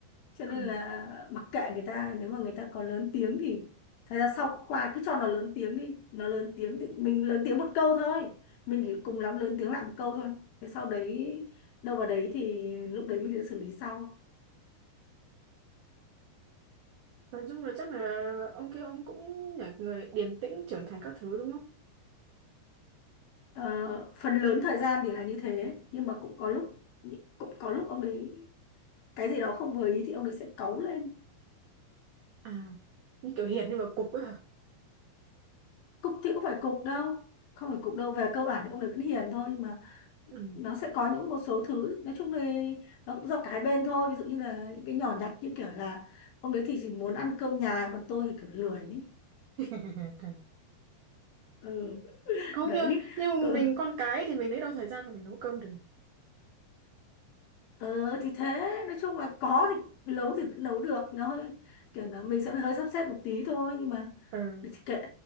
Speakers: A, on the left (about 65°); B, on the right (about 80°).
A: cho
B: à,
A: nên là mặc kệ người ta nếu mà người ta có lớn tiếng thì thật ra sau qua cứ cho nó lớn tiếng đi nó lớn tiếng thì mình lớn tiếng một câu thôi mình chỉ cùng
B: ừ.
A: lắm lớn tiếng lại một câu thôi thế sau đấy đâu vào đấy thì lúc đấy mình sẽ xử lý sau
B: nói chung là chắc là ông kia ông cũng là người điềm tĩnh trưởng thành các thứ đúng không
A: Ờ, phần lớn thời gian thì là như thế nhưng mà cũng có lúc cũng có lúc ông đấy cái gì đó không vừa ý thì ông đấy sẽ cáu lên
B: à như kiểu hiền nhưng mà cục ấy hả
A: cục thì cũng phải cục đâu không phải cục đâu về cơ bản thì ông đấy vẫn hiền thôi nhưng mà
B: ừ.
A: nó sẽ có những một số thứ nói chung là nó cũng do cái bên thôi ví dụ như là những cái nhỏ nhặt như kiểu là ông đấy thì chỉ muốn ăn cơm nhà còn tôi thì kiểu lười ấy.
B: <laughs>
A: ừ,
B: không
A: đấy
B: như nhưng
A: tự
B: mình con cái thì mình lấy đâu thời gian mà mình nấu cơm được
A: ờ, thì thế nói chung là có thì cũng- nấu thì vẫn nấu được nó hơi kiểu là mình sẽ hơi sắp xếp một tí thôi nhưng mà
B: ừ
A: thì kệ